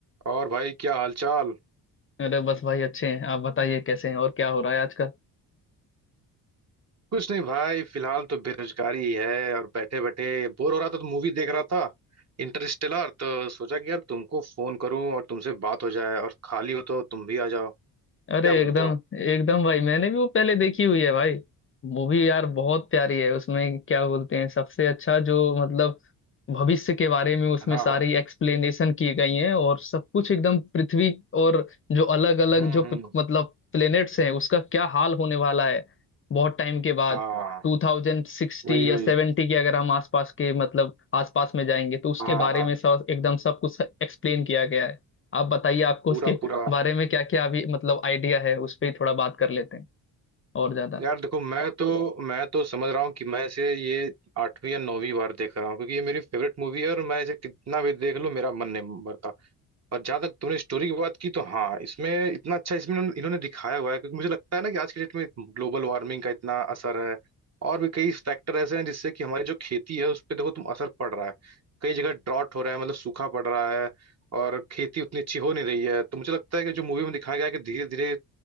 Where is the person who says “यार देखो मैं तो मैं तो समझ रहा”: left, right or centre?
Right